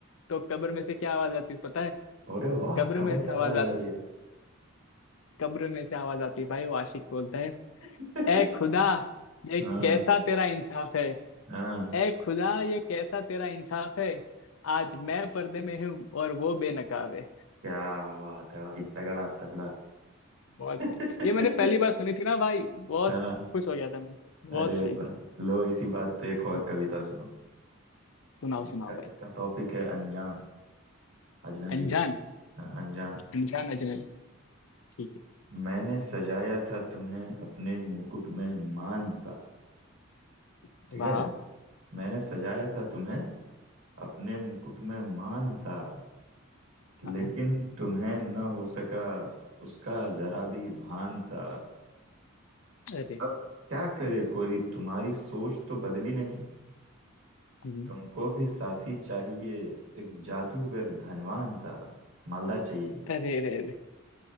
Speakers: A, on the left; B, on the right.
A: तो कब्र में से क्या आवाज आती है पता है
B: अरे वाह
A: कब्र
B: कमर
A: में से
B: से आवाज
A: आवाज आती
B: आ रही है
A: कब्र में से आवाज आती है भाई वो आशिक बोलता है
B: <laughs>
A: ए खुदा ये
B: हाँ
A: कैसा तेरा इंसाफ है
B: हाँ
A: ए खुदा ये कैसा तेरा इंसाफ है आज मैं पर्दे में हूँ और वो बेनकाब है।
B: क्या बात है भाई तगड़ा तगड़ा
A: बहुत सही
B: <laughs>
A: ये मैंने पहली बार सुनी थी ना भाई बहुत
B: हाँ
A: खुश हो गया था मैं बहुत
B: अरे
A: सही थी
B: वाह लो इसी बात पे एक और
A: हम्म,
B: कविता सुनो
A: सुनाओ
B: इसका
A: सुनाओ भाई
B: इसका टॉपिक है अनजान अजनबी
A: अनजान
B: हाँ, अनजान
A: अनजान अजनबी ठीक
B: मैंने सजाया था तुम्हें अपने मुकुट में मान सा
A: है
B: ठीक
A: वाह
B: है मैंने सजाया
A: ठीक
B: था तुम्हें अपने मुकुट में मान सा लेकिन
A: है हाँ
B: तुम्हें न हो सका उसका जरा भी भान सा
A: अरे
B: अब क्या करे कोई तुम्हारी सोच तो बदली नहीं
A: हम्म,
B: तुमको भी साथी चाहिए एक जादूगर धनवान सा मालदार चाहिए
A: अरे अरे अरे